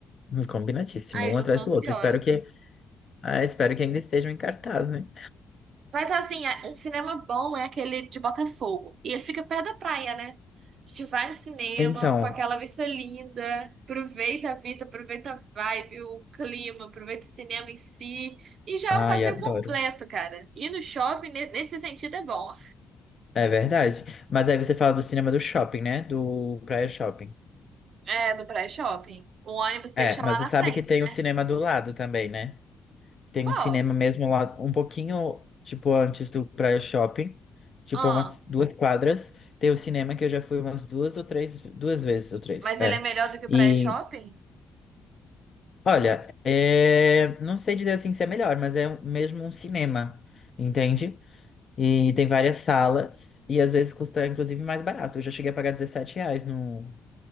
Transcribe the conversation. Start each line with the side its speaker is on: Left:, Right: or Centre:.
Left: Combinadíssimo,
Right: Ai,
Left: um
Right: eu já
Left: atrás
Right: tô ansiosa.
Left: do outro. Espero que, ah, espero que ainda estejam em cartaz, né?
Right: Mas assim, é- um cinema bom é aquele de Botafogo. E ele fica perto da praia, né? A gente vai no cinema
Left: Então,
Right: com aquela vista linda, aproveita a vista, aproveita a vibe, o clima, aproveita o cinema em si. E já
Left: ai,
Right: é um passeio
Left: adoro.
Right: completo, cara. Ir no shopping, ne- nesse sentido, é bom.
Left: É verdade. Mas aí você fala do cinema do shopping, né? Do Praia Shopping.
Right: É, do pré-shopping. O ônibus deixa
Left: É, mas
Right: lá
Left: você
Right: na
Left: sabe
Right: frente,
Left: que tem
Right: né?
Left: um cinema do lado também, né? Tem
Right: Qual?
Left: um cinema mesmo lá, um pouquinho, tipo, antes do Praia Shopping, tipo,
Right: Ah,
Left: umas duas quadras. Tem o cinema que eu já fui umas duas ou três, duas vezes ou três,
Right: mas
Left: é.
Right: ele é melhor do que o
Left: E,
Right: pré-shopping?
Left: olha, é... não sei dizer assim se é melhor, mas é um- mesmo um cinema, entende? E tem várias salas, e às vezes custa, inclusive, mais barato. Eu já cheguei a pagar R$ reais no,